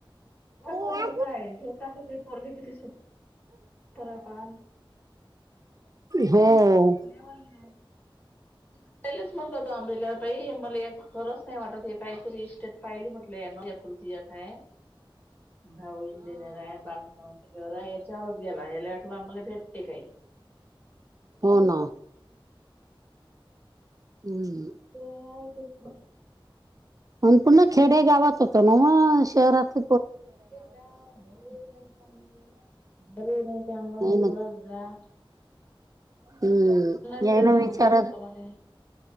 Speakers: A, on the left (about 20°); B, on the right (about 40°).
A: या
B: हो
A: पोरीला
B: हा
A: काय हे काय होते पोरवी किती सुट पराय प
B: होय
A: ी पहिलेच म्हटल होत आंबला बाई मला या खरंच नाही वाटत काहीतरी इस्टेट पाहिली म्हटलं या ना याकुलती काय भाऊ इंजिनियर आहे बाप नोकरी वगैरे याच्यावरच गेला याला वाटला आम म्हाला भेटते काही
B: हो ना हम्
A: वेळ आहे कस
B: अ पूर्ण खेडे गावात होतो ना म शहरात
A: घां घर नाही चांगलं
B: नाही
A: डच
B: ना
A: जाव
B: हम्म जयन
A: बी त्याचं उद्धट
B: विचार
A: होतं म्हणे